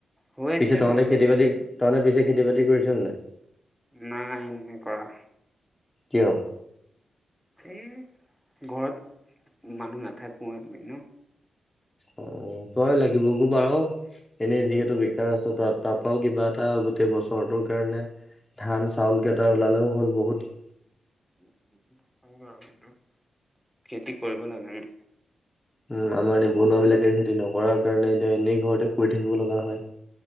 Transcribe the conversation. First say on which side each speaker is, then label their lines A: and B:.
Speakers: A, in the centre; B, on the left (about 20°).
A: হৈ
B: পিছে
A: আছে
B: তহঁতে
A: বাৰু
B: খেতি বাতি, তহঁতে পিছে খেতি বাতি কৰিছ নে নাই?
A: নাই <unintelligible> কৰা
B: কিয়?
A: এ, ঘৰত মানুহ নাথাকোয়ে এনেও।
B: অ, তই লাগিবগৈ পাৰোঁ। এনেই যিহেতু বেকাৰ আছোঁ তাৰ পৰাওঁ কিবা এটা গোটেই বছৰটোৰ কাৰণে। ধান, চাউল কেইটা ওলালেওঁ হ'ল বহুত।
A: <unintelligible> খেতি কৰিব নাজানোঁ।
B: উম, আমাৰ নিবনুৱাবিলাকে খেতি নকৰাৰ কাৰণে এতিয়া এনেই ঘৰতে পৰি থাকিব লগা হয়।